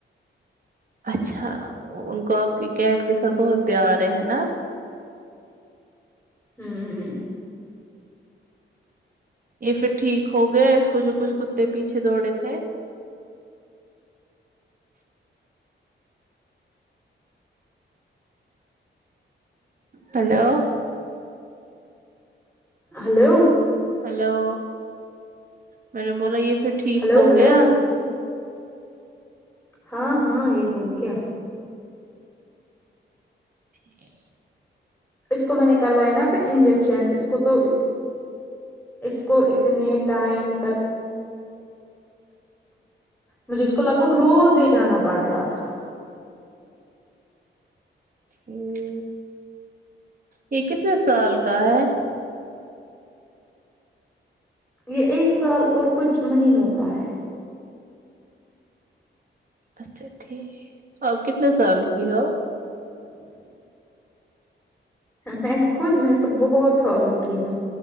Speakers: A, on the right; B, in the centre.
A: اچھا ان کو آپ کی کیٹ کے ساتھ بہت پیار ہے نا
B: ہوں ہوں
A: یہ پھر ٹھیک ہو گیا اس کو جو کچھ کتے پیچھے دوڑے تھے ہلو
B: ہلو
A: ہلو م نے بولا یہ پھر ٹھیک
B: ہلو
A: ہو
B: ہلو
A: گیا
B: ہاں ہاں یہ ہو گیا
A: ٹھیک ہے
B: اس کو میں نے کروایا نا پھر انجیکشن اس کو تو اس کو اتنے ٹائم تک مجھے اس کو لگ بھگ روز لے جانا پڑ رہا تھا
A: ہٹ یہ کتنے سال کا ہے
B: یہ ایک سال اور کچھ مہینوں کا ہے
A: اچھا ٹھیک اپ کتنے سال کی ہو
B: میں خود میں خود بہت سالوں کی ہوں